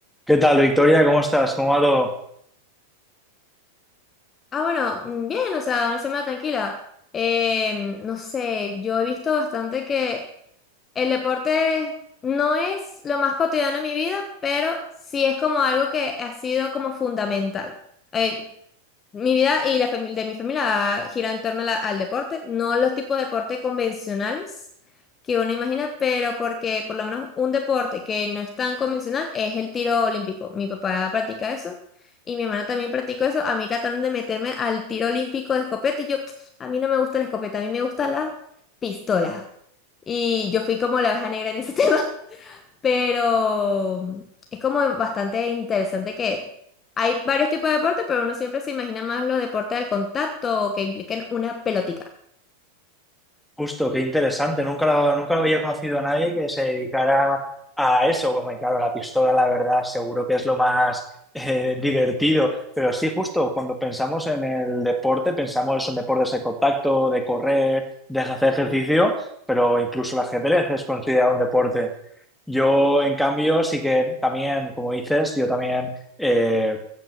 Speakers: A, in the centre; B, on the left.
A: ¿Qué tal, Victoria? ¿Cómo estás? ¿Cómo va todo?
B: Ah, bueno, mm, bien, o sea, una semana tranquila. Eh, no sé, yo he visto bastante que el deporte no es lo más cotidiano en mi vida, pero sí es como algo que ha sido como fundamental. Eh, mi vida y la familia de mi familia gira en torno a la- al deporte, no los tipos de deporte convencionales que uno imagina, pero porque por lo menos un deporte que no es tan convencional es el tiro olímpico. Mi papá practica eso y mi hermana también practicó eso. A mí trataron de meterme al tiro olímpico de escopeta y yo, a mí no me gusta la escopeta, a mí me gusta la pistola. Y yo fui como la oveja negra en ese <laughs> tema. Pero es como bastante interesante que hay varios tipos de deporte, pero uno siempre se imagina más los deportes del contacto o que impliquen una pelotica
A: Justo, qué interesante. Nunca lo, nunca lo había conocido a nadie que se dedicara a eso. Bueno, y claro, la pistola, la verdad, seguro que es lo más <laughs> eh, divertido. Pero sí, justo, cuando pensamos en el deporte, pensamos en deportes de contacto, de correr, de hacer ejercicio, pero incluso el ajedrez es considerado un deporte. Yo, en cambio, sí que también, como dices, yo también eh,